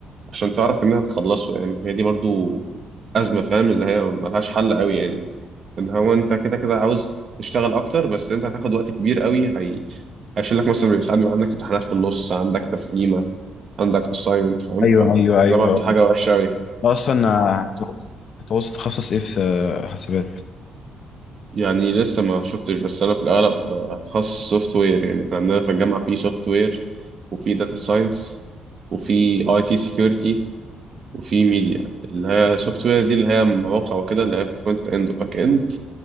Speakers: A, on the right; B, on the left.
A: عشان تعرف ان انت تخلصه يعني هي دي برضو ازمه فاهم اللي هي ملهاش حل قوي يعني ان هو انت كده كده عاوز تشتغل اكتر بس انت هتاخد وقت كبير قوي هي هيشيل لك مثلا ساعات بيبقى عندك امتحانات في النص عندك تسليمه عندك assignment فاهم
B: ايوه
A: فده
B: ايوه ايوه
A: برضو حاجه وحشه قوي
B: اصلا هتعوز هتعوز تخصص ايه في حسابات
A: يعني لسه ما شفتش بس انا في الاغلب آه، هتخصص سوفت وير يعني احنا عندنا في الجامعه في سوفت وير وفي داتا ساينس وفي اي تي سكيورتي وفي ميديا اللي هي سوفت وير دي اللي هي مواقع وكده اللي هي فرونت اند وباك اند